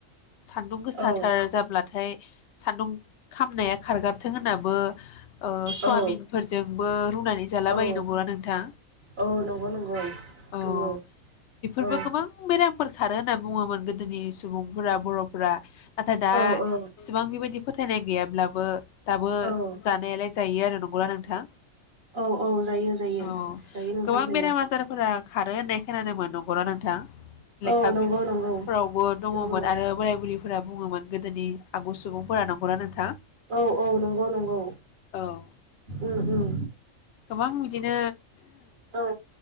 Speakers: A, on the left; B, on the right.
A: सान्दुं गोसाथार
B: औ
A: जाब्लाथाय सान्दुं खामनाया खारगाराथों होननाबो ओ सवाबिनफोरजोंबो
B: औ
A: रुनानै जाला
B: औ
A: बायो नंगौना नोंथा
B: औ नंगौ नंगौ
A: अ
B: नंगौ
A: बेफोरबो
B: औ
A: गोबां बेरामफोर खारो होनना बुङोमोन गोदोनि सुबुंफोरा बर'फोरा नाथाय दा
B: औ औ
A: इसिबां बेबायदि फोथायनाय गैयाब्ला बो दाबो
B: औ
A: जानायालाय जायो आरो नंगौना नोंथां
B: औ औ जायो जायो
A: औ
B: जायो नोंथां
A: गोबां
B: जायो
A: बेराम आजारफोरा खारो होननाय खोनादोंमोन नंगौना नोंथां? लेखा
B: औ नंगौ
A: बि फोरावबो
B: नंगौ
A: दङमोन
B: नंगौ
A: आरो बोराय बुरि फोरा बुङोमोन गोदोनि आगु सुबुंफोरा नंगौना नों
B: औ औ नंगौ नंगौ
A: औ
B: उम उम
A: गोबां बिदिनो
B: औ